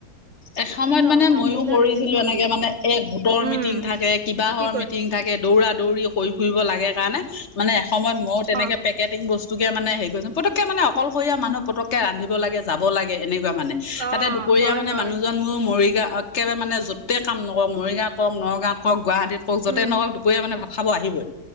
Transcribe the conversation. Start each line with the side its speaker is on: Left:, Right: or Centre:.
Left: এসময়ত
Right: ভাজি লওঁ
Left: মানে
Right: ভাজি
Left: মইও
Right: লৈ
Left: কৰিছিলো
Right: ঢেঁকীত খুন্দো
Left: এনেকে মানে এ গোটৰ
Right: উম,
Left: মিটিং থাকে, কিবাহৰ
Right: কি কৈ
Left: মিটিং থাকে দৌৰা -দৌৰি কৰি ফুৰিব লাগে কাৰণে মানে এসময়ত মই তেনেকে
Right: অ',
Left: পেকেটিং বস যোগে মানে হেৰি কৰিছে, পতককে মানে অকলশৰীয়া মানুহ পতককে ৰান্ধিব লাগে, যাব লাগে এনে লাভ মানে,
Right: অ'
Left: তাতে দুপৰীয়া
Right: হয়,
Left: মানে
Right: হয়,
Left: মানুহজন মোৰ মৰি একেবাৰে মানে যতে কাম নকৰক মৰিগাঁৱত কৰক, নগাঁৱত কৰক, গুৱাহাটীত কৰক যতে
Right: উম,
Left: নকৰক দুপৰীয়া মানে ভা খাব আহিবই